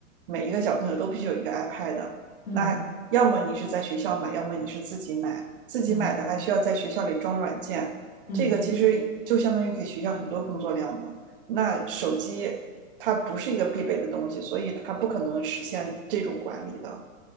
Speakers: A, on the right; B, on the left.
A: 每一个小朋友都必须有一个 iPad。
B: 嗯
A: 那要么你是在学校买，要么你是自己买，自己买的还需要在学校里装软件，
B: 嗯嗯，
A: 这个其实就相当于给学校很多工作量的。那手机它不是一个必备的东西，所以它不可能实现这种管理的。